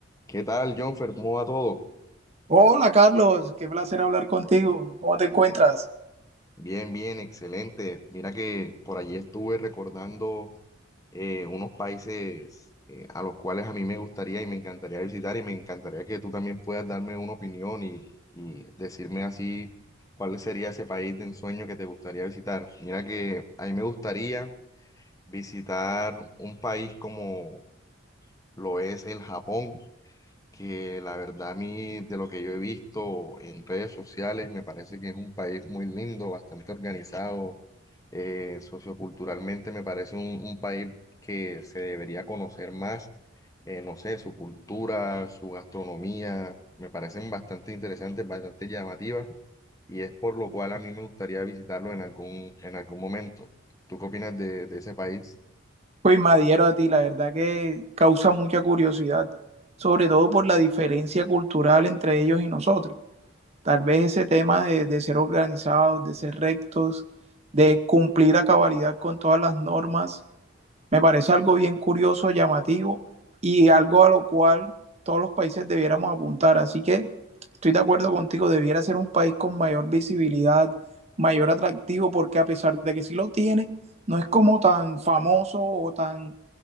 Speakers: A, on the left (about 15°); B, on the right (about 35°).
A: ¿Qué tal, Jonfer? ¿Cómo va todo?
B: Hola Carlos, qué placer hablar contigo. ¿Cómo te encuentras?
A: Bien, bien, excelente. Mira que por allí estuve recordando eh, unos países eh, a los cuales a mí me gustaría y me encantaría visitar y me encantaría que tú también puedas darme una opinión y, y decirme así cuál sería ese país de ensueño que te gustaría visitar. Mira que a mí me gustaría visitar un país como lo es el Japón. que la verdad a mí, de lo que yo he visto en redes sociales, me parece que es un país muy lindo, bastante organizado, eh, socioculturalmente me parece un, un país que se debería conocer más, eh, no sé, su cultura, su gastronomía, me parecen bastante interesantes, bastante llamativas, y es por lo cual a mí me gustaría visitarlo en algún, en algún momento. ¿Tú qué opinas de, de ese país?
B: Pues me adhiero a ti, la verdad que causa mucha curiosidad, sobre todo por la diferencia cultural entre ellos y nosotros. Tal vez ese tema de, de ser organizados, de ser rectos, de cumplir a cabalidad con todas las normas, Me parece algo bien curioso, llamativo y algo a lo cual todos los países debiéramos apuntar. Así que estoy de acuerdo contigo, debiera ser un país con mayor visibilidad, mayor atractivo, porque a pesar de que sí lo tiene, no es como tan famoso o tan,